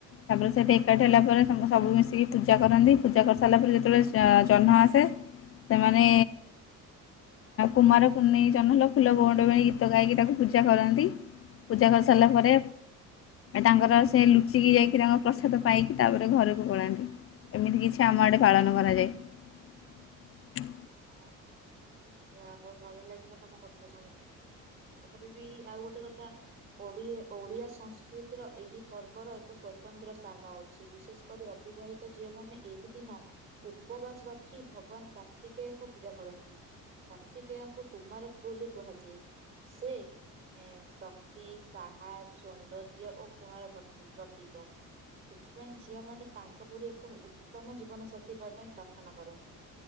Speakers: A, on the left; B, on the right.
A: ତାପରେ ସେଠି ଏକାଠି ହେଲା ପରେ ସବୁ ମିଶିକି ପୂଜା କରନ୍ତି ପୂଜା କରିସାରିଲା ପରେ ଯେତେବେଳେ ଜହ୍ନ ଆସେ ସେମାନେ କୁମାର କୁର୍ଣେଇ ଜହ୍ମ ହେଲା ଫୁଲ ଗୋଉଣ୍ଡ ବଣ ଗୀତ ଗାଇକି ତାକୁ ପୂଜା କରନ୍ତି ପୂଜା କରିସାରିଲା ପରେ ତାଙ୍କର ସେ ଲୁଚିକି ଯାଇକି ତାଙ୍କର ପ୍ରସାଦ ପାଇକି ତାପରେ ଘରକୁ ପଳାନ୍ତି ଏମିତି କିଛି ଆମ ଆଡେ ପାଳନ କରାଯାଏ
B: ଓ ହଉ ଭଲ ଲାଗିଲା ତମ କଥା ଶୁଣିକି ତାପରେ ବି ଆଉ ଗୋଟେ କଥା ଓଡି ଓଡିଆ ସଂସ୍କୃତିର ଏହି ପର୍ବର ଏକ ସ୍ଵତନ୍ତ୍ର ସ୍ଥାନ ଅଛି ବିଶେଷ କରି ଅବିବାହିତ ଝିଅ ମାନେ ଏହି ଦିନ ଉପବାସ ରଖି ଭଗବାନା କାର୍ତ୍ତିକେୟଙ୍କୁ ପୂଜା କରନ୍ତି କାର୍ତ୍ତିକେୟଙ୍କୁ କୁମାର ବୋଲି କୁହାଯାଏ ସେ ଶକ୍ତି ସାହସ ସୌନ୍ଦର୍ଯ୍ୟ ଓ ଗୁଣର ପ୍ରତି ପ୍ରତୀକ ସେଥିପାଇଁ ଝିଅ ମାନ ତାଙ୍କ ପରି ଏକ ଉତ୍ତମ ଜୀବନ ସାଥୀ ପାଇଁ ପ୍ରାର୍ଥନା କରନ୍ତି।